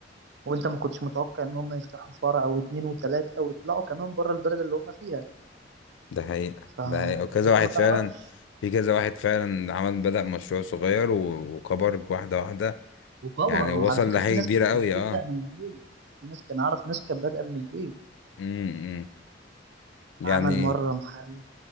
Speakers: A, on the right; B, on the left.
A: وانت ما كنتش متوقع ان هم يفتحوا فرع او اتنين وتلاتة ويطلعوا كمان بره البلد اللي هم فيها
B: ده حقيقة
A: فانت
B: ده حقيقة وكذا واحد
A: ما تعرفش
B: فعلا في كذا واحد فعلا عمل بدأ مشروع صغير و- وكبر واحدة واحدة
A: وكبر
B: يعني وصل
A: وعلى فكرة
B: لحاجة
A: في ناس
B: كبيرة
A: بت-
B: قوي
A: بتبدأ
B: اه
A: من البيت في ناس كان اعرف ناس كانت بادئة من البيت
B: امم يعني
A: عمل
B: ايه
A: مرة محل